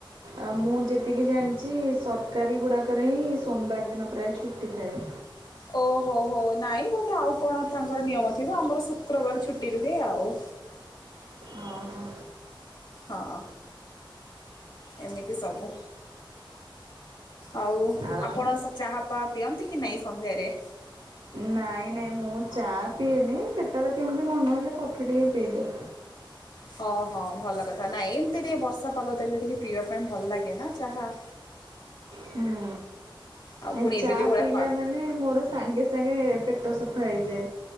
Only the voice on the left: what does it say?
ଓହୋ ହୋ ନାଇଁ ବୋଧେ ଆଉ କଣ ତାଙ୍କର ନିୟମ ଥିବ ଆମର ଶୁକ୍ରବାର ଛୁଟି ରୁହେ ଆଉ।
ହଁ ଏମିତି ସବୁ। ଆଉ
ଆପଣ ସେ ଚାହା ପା ପିଅନ୍ତି କି ନାଇଁ ସନ୍ଧ୍ୟାରେ।
ହଁ ହଁ ଭଲ କଥା ନାଇଁ ଏମିତି ଟିକେ ବର୍ଷା ପାଗ ଦେଲେ ଟିକେ ପିଇବା ପାଇଁ ଭଲ ଲାଗେ ନା ଚାହା।
ଆଉ ପୁଣି
ଏବେ ଯୋଉ ଭଳିଆ
ପାଗ